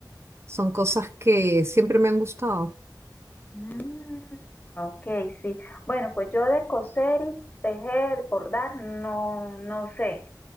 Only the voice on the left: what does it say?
Mm, ok, sí. Bueno, pues yo de coser y tejer, bordar, no, no sé.